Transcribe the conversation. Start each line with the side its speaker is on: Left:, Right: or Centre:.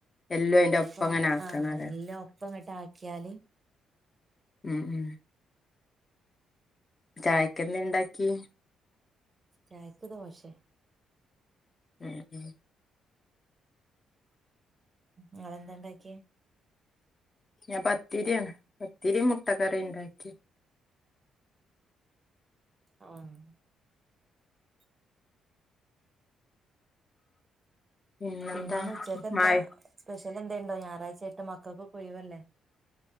Left: എല്ലും അയിന്റെ
Right: അപ്പ
Left: ഒപ്പം അങ്ങനെ ആക്കണല്ലേ
Right: ആഹ് എല്ലൊപ്പങ്ങട്ടാക്കിയാല്
Left: ഉം ഉം ചായക്കെന്തേ ണ്ടാക്കി?
Right: ചായക്ക് ദോശെ
Left: <inaudible>
Right: ങ്ങളെന്തേ ണ്ടാക്കിയേ?
Left: ഞാ പത്തിരാണ് പത്തിരിം മുട്ട ക്കറീ ണ്ടാക്കി
Right: ആഹ്
Left: പിന്നെന്താ
Right: പിന്നെന്ന് ഉച്ചക്കെന്താ?
Left: മഴ
Right: സ്പെഷ്യലെ ന്തേണ്ടാ ഞായറാഴ്ചായ്ട്ട് മക്കക്കൊക്കൊഴിവല്ലേ?